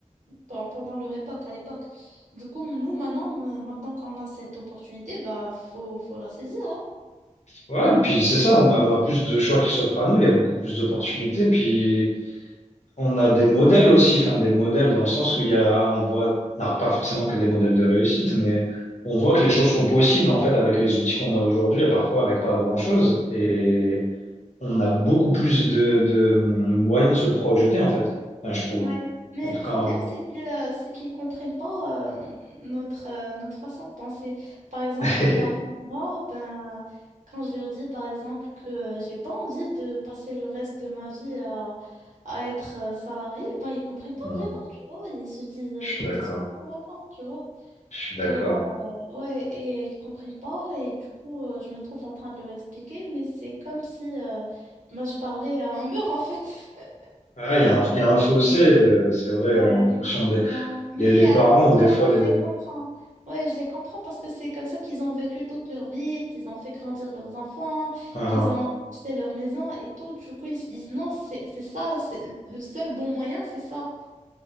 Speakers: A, on the right (about 80°); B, on the left (about 65°).
A: pen- pendant leur époque, à l'époque. Du coup, nous, maintenant, me- maintenant qu'on a cette opportunité, bah, faut, faut la saisir, hein.
B: Ouais, et puis c'est ça, on a on a plus de choix qui s'offrent à nous, il y a beaucoup plus d'opportunités, puis On a des modèles aussi, enfin des modèles dans le sens où il y a, on voit, non, pas forcément que des modèles de réussite, mais on voit que les choses sont possibles en fait avec les outils qu'on a aujourd'hui et parfois avec pas grand-chose. Et on a beaucoup plus de, de moyens de se projeter en fait, Enfin, je trouve.
A: Ouais. Mais
B: En
A: le
B: tout
A: problème,
B: cas,
A: c'est qu'ils euh, c'est qu'ils comprennent pas euh, notre, euh, notre façon de penser. Par exemple,
B: <laughs>
A: mes parents, moi, ben, quand je leur dis, par exemple, que euh, j'ai pas envie de passer le reste de ma vie à, à être euh, salarié, bah, ils comprennent pas
B: Hmm,
A: vraiment, tu vois. Ils se disent,
B: je
A: mais
B: suis d'accord,
A: qu'est-ce que tu racontes, tu vois?
B: je suis d'accord.
A: Et Ouais, et euh, ils comprennent pas, et du coup, euh, je me trouve en train de leur expliquer, mais c'est comme si euh, moi je parlais à un mur en fait. <laughs>
B: Ah, il y a un, il y a un fossé, euh, c'est vrai,
A: Ouais,
B: en fonction
A: exactement.
B: des
A: Mais
B: les, les parents
A: euh, de toute
B: ou des
A: façon,
B: fois les.
A: je les comprends. Ouais, je les comprends parce que c'est comme ça qu'ils ont vécu toute leur vie, qu'ils ont fait grandir leurs enfants,
B: Ah,
A: qu'ils
B: ah.
A: ont acheté leur maison et tout. Du coup, ils se disent non, c'est c'est ça, c'est le le seul bon moyen, c'est ça.